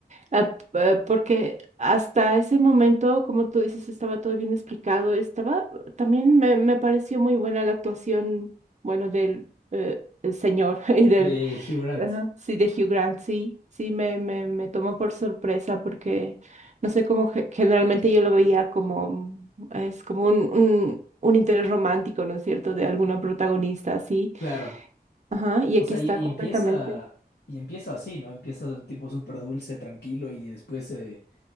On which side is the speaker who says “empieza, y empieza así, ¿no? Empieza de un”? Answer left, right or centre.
Left